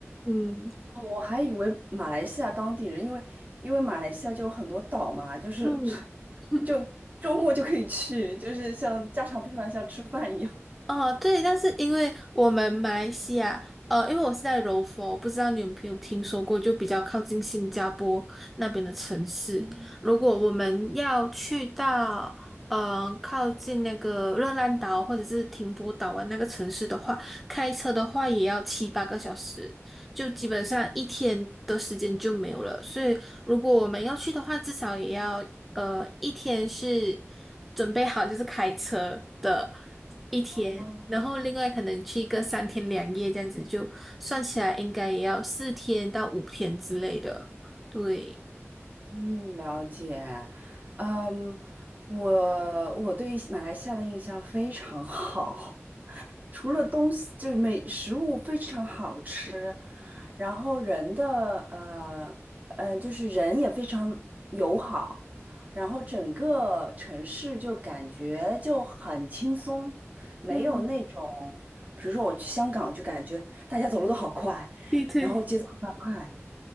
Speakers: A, in the centre; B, on the right (about 35°).
A: 嗯。
B: 我还以为马来西亚当地人，因为因为马来西亚就有很多岛嘛，就是
A: 嗯，
B: <laughs>
A: <laughs>
B: 就周末就可以去，就是像家常便饭，像吃饭一样。
A: 哦，对，但是因为我们马来西亚，呃，因为我是在柔佛，不知道你有没有听说过，就比较靠近新加坡那边的城市。
B: 嗯，
A: 如果我们要去到，嗯、呃靠近那个热浪岛或者是停泊岛湾那个城市的话，开车的话也要七八个小时，就基本上一天的时间就没有了。所以如果我们要去的话，至少也要呃，一天是准备好就是开车的一天，
B: 啊。
A: 然后另外可能去一个三天两夜这样子，就算起来应该也要四天到五天之类的。对，
B: 嗯，了解。嗯，我我对马来西亚的印象非常好，除了东西就是美食物非常好吃，然后人的呃呃就是人也非常友好，然后整个城市就感觉就很轻松，没有那种，
A: 嗯，
B: 比如说我去香港就感觉大家走路都好快，
A: 对对。
B: 然后节奏很快，